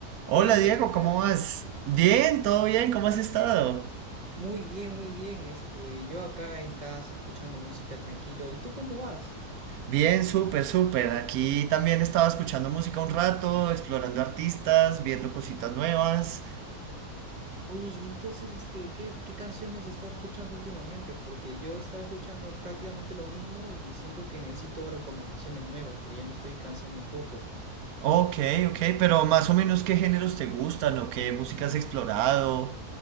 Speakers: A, on the right (about 75°); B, on the right (about 30°).
A: Hola
B: Hola Andrés,
A: Diego,
B: ¿qué tal?
A: ¿cómo vas? Bien, todo bien, ¿cómo has estado?
B: Muy bien, muy bien. Este, yo acá en casa escuchando música tranquilo. ¿Y tú cómo vas?
A: Bien, súper, súper. Aquí también estaba escuchando música un rato, explorando artistas, viendo cositas nuevas.
B: Oye, y entonces, este, ¿qué, qué canciones estás escuchando últimamente? Porque yo he estado escuchando prácticamente lo mismo y siento que necesito recomendaciones nuevas porque ya me estoy cansando un poco.
A: Ok, ok, pero más o menos qué géneros te gustan o qué música has explorado.